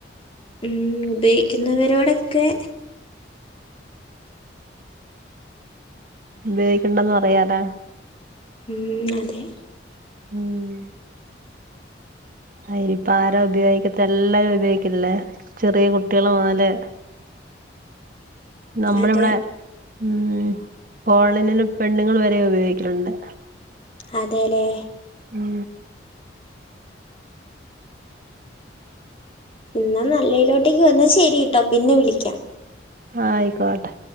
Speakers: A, on the left (about 30°); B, on the right (about 45°).
A: ഉം ഉപയോഗിക്കുന്നവരോടൊക്കെ
B: ഉപയോഗിക്കണ്ടന്ന് പറയാലാ
A: ഉം അതെ
B: ഉം അയിനിപ്പ ആരാ ഉപയോഗിക്കത്ത എല്ലാരും ഉപയോഗിക്കില്ലേ ചെറിയ കുട്ടികള് മൊതല് നമ്മളിവിടെ
A: അതെ
B: ഉം കോളിനന് പെണ്ണുങ്ങള് വരെ ഉപയോഗിക്കലുണ്ട്
A: അതേലേ
B: ഉം
A: എന്നാ നല്ലേലോട്ടേക്ക് ന്നാ ശരി കേട്ടോ പിന്നെ വിളിക്കാം
B: ആയിക്കോട്ടെ